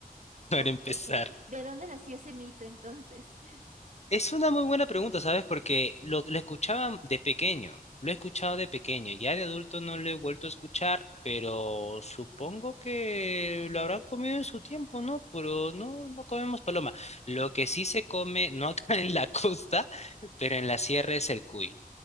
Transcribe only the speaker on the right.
Oh,
ok, ¿de dónde nació ese mito entonces? <laughs>